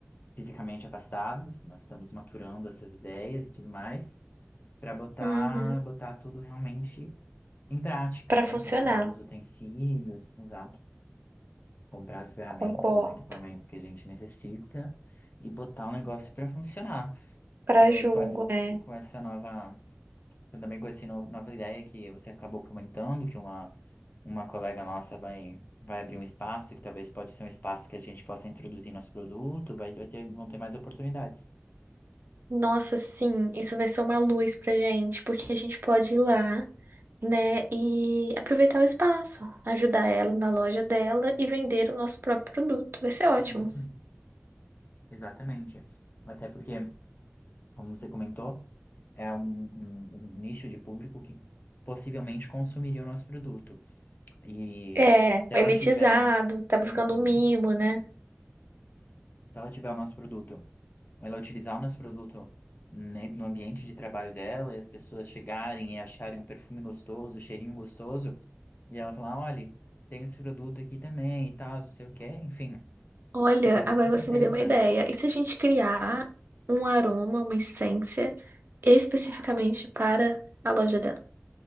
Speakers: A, on the left; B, on the right.
A: fisicamente afastados, nós estamos maturando essas ideias e tudo mais, para botar,
B: Uhum.
A: botar tudo realmente em prática,
B: Para
A: né?
B: funcionar,
A: Comprar os utensílios, exato, comprar as ferramentas,
B: concordo.
A: os equipamentos que a gente necessita e botar o negócio para funcionar.
B: Para
A: E aí
B: julgo,
A: com, as-
B: né?
A: com essa nova Eu também conheci no- nova ideia que você acabou comentando, que uma, uma colega nossa vai, vai abrir um espaço, que talvez pode ser um espaço que a gente possa introduzir nosso produto, vai, vai ter, vão ter mais oportunidades.
B: Nossa, sim, isso vai ser uma luz pra gente, porque a gente pode ir lá, né, e aproveitar o espaço, ajudar ela na loja dela e vender o nosso próprio produto. Vai ser ótimo.
A: Uhum, exatamente. Até porque, como você comentou, é um, um- um nicho de público que possivelmente consumiria o nosso produto. E
B: É,
A: se
B: elitizado,
A: ela tiver.
B: tá buscando
A: Uhum.
B: um mimo, né?
A: se ela tiver o nosso produto, ela utilizar o nosso produto ne- no ambiente de trabalho dela e as pessoas chegarem e acharem um perfume gostoso, um cheirinho gostoso, e ela falar, olha, tem esse produto aqui também e tal, não sei o quê, enfim,
B: Olha,
A: seria
B: agora
A: muito
B: você
A: interessante.
B: me deu uma ideia. E se a gente criar um aroma, uma essência especificamente para a loja dela,